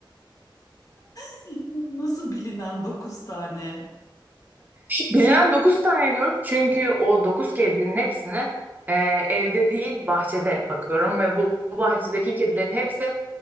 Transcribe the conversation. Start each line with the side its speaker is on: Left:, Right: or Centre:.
Left: <laughs> Nasıl bilinen dokuz tane
Right: Bilinen dokuz tane diyorum çünkü o 9 kedinin hepsine e, evde değil bahçede bakıyorum ve bu, bu bahçedeki kedilerin hepsi